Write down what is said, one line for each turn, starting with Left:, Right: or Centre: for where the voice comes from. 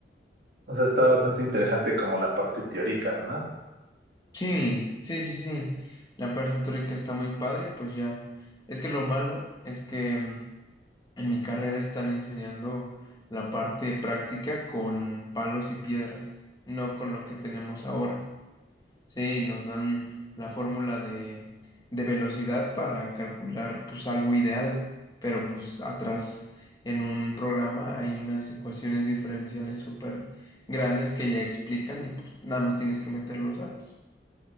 Right: O sea, está bastante interesante como la parte teórica, ¿no?
Left: Sí, sí, sí, sí. La parte teórica está muy padre, pues ya. Es que lo malo es que mm, en mi carrera están enseñando la parte práctica con palos y piedras, no con lo que tenemos ahora. Sí, nos dan la fórmula de, de velocidad para calcular pues algo ideal, pero pues atrás en un programa hay unas ecuaciones diferenciales súper grandes que ya explican y pues nada más tienes que meter los datos.